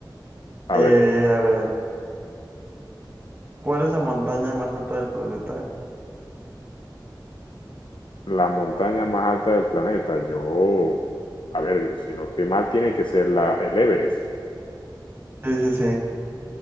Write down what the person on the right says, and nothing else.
Eh,
a ver, ¿cuál es la montaña más alta del planeta?
Sí, sí, sí.